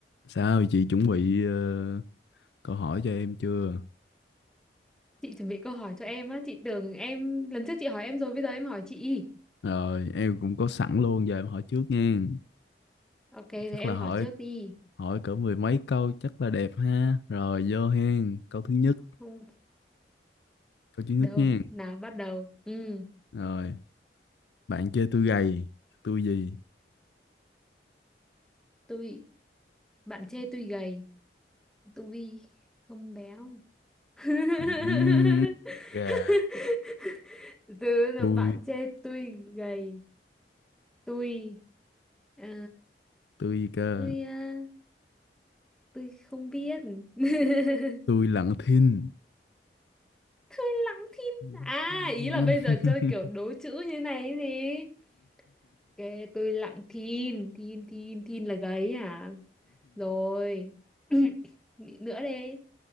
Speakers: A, on the left; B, in the centre.
A: Sao chị chuẩn bị ờ, câu hỏi cho em chưa?
B: Chị chuẩn bị câu hỏi cho em á, chị tưởng em lần trước chị hỏi em rồi bây giờ em hỏi chị.
A: Rồi em cũng có sẵn luôn giờ em hỏi trước nha.
B: Ok, thế
A: Chắc
B: em
A: là hỏi
B: hỏi trước đi.
A: hỏi cỡ mười mấy câu chắc là đẹp ha. Rồi vô hen, câu thứ nhất,
B: Không,
A: câu thứ nhất
B: đâu,
A: nha.
B: nào bắt đầu. Ừ,
A: Rồi, bạn chơi tôi gầy, tôi gì?
B: tôi bạn chê tôi gầy, tôi không béo. <laughs>
A: Ừm, gà,
B: Từ là
A: tôi
B: bạn chê tôi gầy, tôi à,
A: tôi gì cơ?
B: tôi à, tôi không biết. <laughs>
A: Tôi lặng thinh.
B: Tôi lắng thinh.
A: <laughs>
B: À, ý là bây giờ chơi kiểu đố chữ như này ấy gì? Kệ tôi lặng thin, thin, thin, thin là gáy à? Rồi. <coughs> <clears throat> Nghĩ Nữa đi.